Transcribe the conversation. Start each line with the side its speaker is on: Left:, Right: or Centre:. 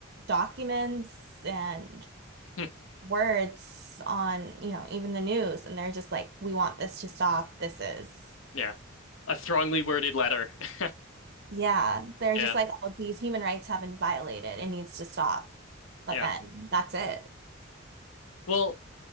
Right: documents and
Left: hmm.
Right: words on, you know, even the news, and they're just like, we want this to stop. This is
Left: Yeah. A strongly worded letter. <laughs>
Right: Yeah, they're
Left: Yeah,
Right: just like, oh, these human rights have been violated. It needs to stop. But
Left: yeah.
Right: then that's it.
Left: Well,